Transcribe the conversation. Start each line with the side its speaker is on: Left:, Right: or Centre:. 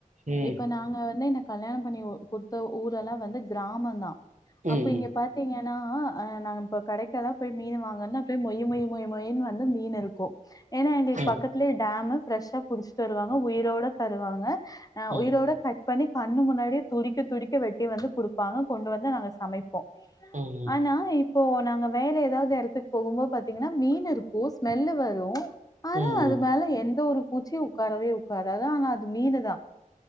Right: ம்
Left: இப்ப நாங்க வந்து எனக் கல்யாணம் பண்ணி குடுத்த ஊரெல்லா வந்து கிராமந்தா அப்ப
Right: ம் ம்
Left: இங்க பாத் தீங்கன்னா அஹ நாங்க இப்ப கடைக்கல்லா போய் மீனு வாங்கன்னா மொய்யி மொய்யிமொய்யி மொயின்னு வந்து மீன் இருக்கு ஏனா எங்களுக்கு
Right: ம்
Left: பக்கத்திலே டேம்மு பிரெஷ்ஷா புடிச்சு தருவாங்க உயிரோட தருவாங்க அ
Right: ம்
Left: உயிரோட கட் கட் பண்ணி கண்ணு முன்னாடியே துடிக்க துடிக்க வெட்டி வந்து குடுப் பாங்க கொண்டு வந்து நாங்க சமைப்போ
Right: ம்
Left: ஆனா
Right: ம்
Left: இப் இப்போ நாங்க வேற எதாவது இடத்துக்கு போகும்போத் பாத்தீங்கன்னா மீன் இருக்கு ஸ்மெல்லு வரு ஆனா
Right: ம்
Left: அது மேல எந்த ஒரு பூச்சியு உக்காரவே உக்காராது ஆனா அது மீனுதா